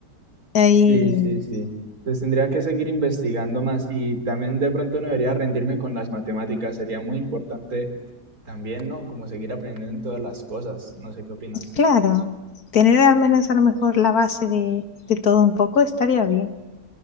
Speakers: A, on the left (about 60°); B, on the right (about 60°).
A: ahí,
B: Sí, sí, sí. Pues tendría que seguir investigando más y también de pronto no debería rendirme con las matemáticas. Sería muy importante También, ¿no? Como seguir aprendiendo en todas las cosas. No sé qué opinas.
A: claro, tener al menos a lo mejor la base de, de todo un poco estaría bien.